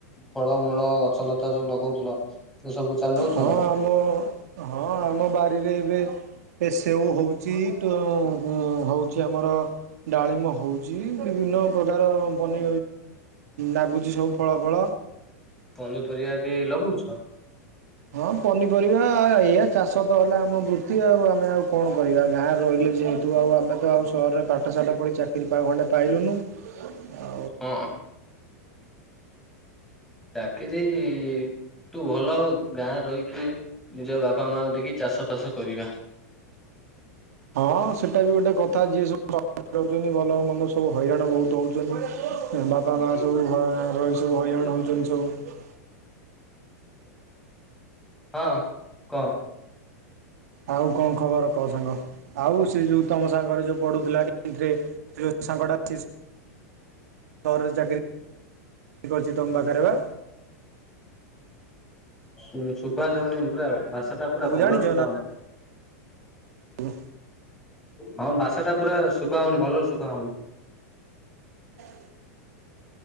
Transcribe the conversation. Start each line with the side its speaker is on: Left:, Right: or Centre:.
Centre: ଫଳମୂଳ ଗଛଲତା ଯୋଉ ଲଗଉଥିଲ ସେ ସବୁ ଚଲଉଛନା?
Right: ହଁ ଆମ ହଁ ଆମ ବାରିରେ ଏବେ ଏ ସେଉ ହେଉଛି, ତୁ ଉଉଉ ହଉଛି ଆମର ଡାଳିମ୍ବ ହେଉଛି ବିଭିନ୍ନ ପ୍ରକାରର ପନି ଲାଗୁଛି ସବୁ ଫଳଫଳ।
Centre: ପନିପରିବା ବି ଲଗଉଛ?
Right: ହଁ ପନିପରିବା ଏଇଆ ଚାଷ ତ ହେଲା ଆମ ବୃତ୍ତି ଆଉ ଆମେ ଆଉ କଣ କରିବା ଗାଁରେ ରହିଲେ ଯେହେତୁ ଆଉ ଆମେ ତ ଆଉ ସହରରେ ପାଠଶାଠ ପଢ଼ି ଚାକିରି ପା ଖଣ୍ଡେ ପାଇଲୁନୁ। ହଁ।
Centre: ହଁ ଚାକିରୀଈଈ ତୁ ଭଲ ଗାଁରେ ରହିକି ନିଜ ବାପାମାଙ୍କୁ ଦେଖି ଚାଷଫାସ କରିବା।
Right: ହଁ ସେଟା ବି ଗୋଟେ କଥା ଯିଏ ସବୁ ସହର କୁ ଯାଉଛନ୍ତି ଭଲ ମନ୍ଦ ସବୁ ହଇରାଣ ବହୁତ ହେଉଛନ୍ତି, ବାପା ମାଆ ସବୁ ଘର ଗାଁଆରେ ରହି ସବୁ ହଇରାଣ ହେଉଛନ୍ତି ସବୁ।
Centre: ହଁ କଅ।
Right: ଆଉ କଣ ଖବର କ କହ ସାଙ୍ଗ ଆଉସ୍ ସେ ଯୋଉ ତମ ସାଙ୍ଗରେ ଯୋଉ ପଢୁଥିଲା <inaudible> ସେ ଯୋଉ ସାଙ୍ଗଟା ସେ ସହରରେ ଚାକିରି କରିଛି ତମ ପାଖରେ ପା?
Centre: ଉଁ ଶୁଭା ଯାଉନି ପୁରା ଭାଷାଟା ପୁରା ଭଲରେ
Right: ଜାଣିଛ
Centre: ଶୁଭା ଯାଉନି।
Right: ଉହୁଁ।
Centre: ହଁ ଭାଷାଟା ପୁରା ଶୁଭା ହଉନି ଭଲରେ ଶୁଭା ହଉନି।
Right: <inaudible>